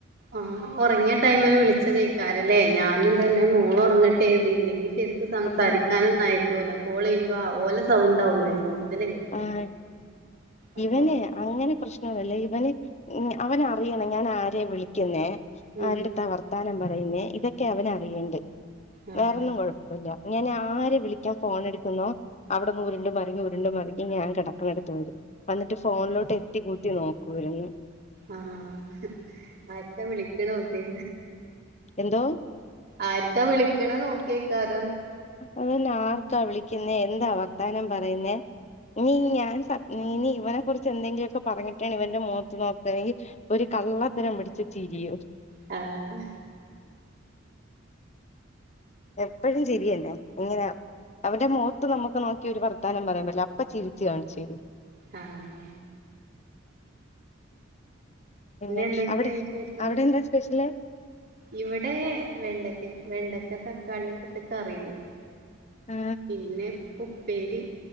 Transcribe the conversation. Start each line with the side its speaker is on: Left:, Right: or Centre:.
Right: ആഹ് ഉറങ്ങിയ ടൈമില് വിളിച്ചതേക്കാരല്ലേ ഞാനുംതന്നെ മോള ഉറങ്ങട്ടെ എഴതിയില്ലെങ്കിൽ ശരി സംസാരിക്കാനൊ
Left: ആഹ്
Right: ഒുംയക്കൂല്ല കോൾ ചെയ്യുമ്പോ ഓലെ സൗണ്ട്വകൂലേ കൂടുത നക്ക് ഇട
Left: ആഹ്
Right: അപ്പവാ
Left: ഇവന് അങ്ങനെ പ്രശ്നംല്ലേ ഇവന് അവന അറിയണം ഞാൻ ആരെയ വിളിക്കുന്നേ
Right: ഉം
Left: ആരുടുത്ത ആ വർത്താനം പറയുന്നേ ഇതൊക്കെ അവന അറിയണ്ട്
Right: ആഹ്
Left: വേറൊന്നും കൊഴപ്പം ഇല്ല ഞനൻ ആരെ വിളിക്കാൻ ഫോൺ എടുക്കുന്നു അവിടന്ന് ഉരുണ്ടും മങ്ങി ഉരുണ്ടും മങ്ങി ഇ ഞാൻ കിടക്കുന്നെടുത്ത് വരും വന്നിട്ട് ഫോണിലോട്ട് എത്തി കൂട്ട നോക്കൂരുന്നു
Right: ആഹ ആക്ക വിളിക്ക നോക്കി
Left: എന്തോ
Right: ആരിക്കാ വിളിക്കണ നോക്കിയക്കാര
Left: അതനെ ആർക്കാ വിളിക്കുന്ന എന്താ വഗദാനം പറയുന്നേ നീ ഞാൻ സ ഇനി ഇവനെ കുറിച്ച് എന്തെങ്കിലുമൊക്കെ പറഞ്ഞിട്ടാണ് ഇവന്റെ മഖത്ത് നോക്കുകണെങ്കിൽ ഒരു കള്ളത്തരം പിടിച്ച ചിരിയു
Right: ആഹ
Left: എപ്പോഴും ചിരിയന്നെ ഇങ്ങനെ അവന്റെ മുഖത്ത് നമുക്ക് നോക്കിയ ഒരു വർത്താനം പറയാൻ പറ്റില്ല അപ്പൊ ചിരിച്ചു കാണിച്ചു തരും
Right: ആഹ
Left: പിന്നെ
Right: എന്തൊക്കെയാ
Left: അവിടെ
Right: വിശേഷങ്ങൾ
Left: അവിടെ എന്താ സ്പെഷ്യൽ
Right: ഇവിടെ വെണ്ടക്ക വെണ്ടക്ക തക്കാളിയക്ക ഇട്ട് കറിയില്ലേ
Left: ആ
Right: പിന്നെ ഉപ്പേരി